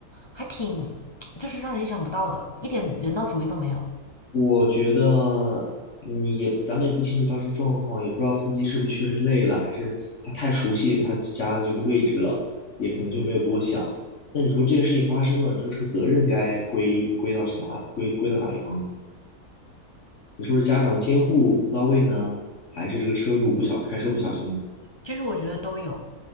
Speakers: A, on the left; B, on the left.
A: 还挺，就是让人意想不到的，一点人道主义都没有，
B: 我觉得你也，咱们也不清楚当时的状况，也不知道司机是不是确实累了，还是他太熟悉他家的这个位置了，也可能就没有多想。但你说这件事情发生了，你说这个责任该归归到是哪，归归到哪一方呢你说是家长的监护不到位呢，还是这个车主不小，开车不小心呢？
A: 就是我觉得都有。